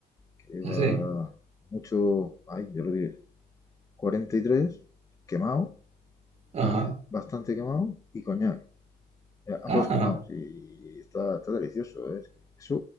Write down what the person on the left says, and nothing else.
que lleva
mucho, ay, yo lo diré, 43 quemado,
ah, bastante quemado, y coñac, eh, ambos
quemados, y está, está delicioso, ¿eh? es que eso,